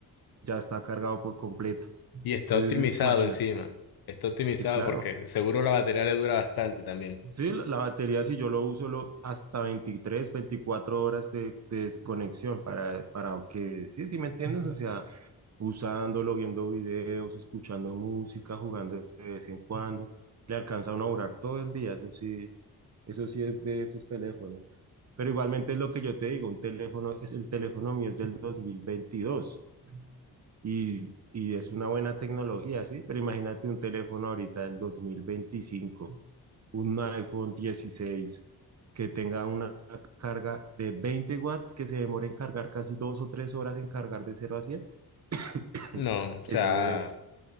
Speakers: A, on the right (about 45°); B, on the left (about 70°).
A: Ya está cargado por completo.
B: Y está
A: Entonces,
B: optimizado
A: imagínate.
B: encima. Está optimizado
A: Y claro,
B: porque seguro la batería le dura bastante también.
A: Sí, la la batería si yo lo uso lo, hasta 23, 24 horas de, de desconexión para, para que, sí, sí, ¿me entiendes? O sea, usándolo, viendo videos, escuchando música, jugando de vez en cuando, le alcanza a uno a durar todo el día, eso sí, eso sí es de esos teléfonos. Pero igualmente es lo que yo te digo, un teléfono, es el teléfono mío es del 2022. Y, y es una buena tecnología, ¿sí? Pero imagínate un teléfono ahorita del dos mil veinticinco un iPhone dieciséis que tenga una carga de 20 watts, que se demore en cargar casi dos o tres horas en cargar de cero a cien <coughs>
B: No,
A: <clears throat>
B: o sea,
A: Eso es.